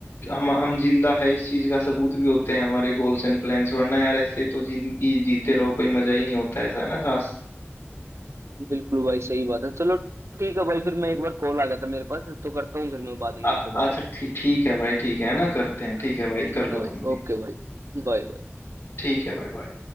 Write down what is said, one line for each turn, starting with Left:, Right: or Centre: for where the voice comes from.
Left: हम हम जिंदा है इस चीज़ का सबूत भी होते हैं हमारे गोल्स एंड प्लान्स वरना यार ऐसे तो जिंदगी जीते रहो कोई मजा ही नहीं होता ऐसा है ना खास
Right: बिल्कुल भाई सही बात है चलो ठीक है भाई फिर मैं एक बार कॉल आ गया था मेरे पास तो करता हूँ फिर मैं बाद में
Left: आ-
Right: आपसे बात
Left: अच्छा ठीक ठीक है भाई ठीक है ना करते हैं
Right: हाँ
Left: ठीक है भाई
Right: ठीक
Left: कर
Right: है
Left: लो
Right: भाई
Left: तुम भी
Right: ओके भाई बाय
Left: ठीक है भाई बाय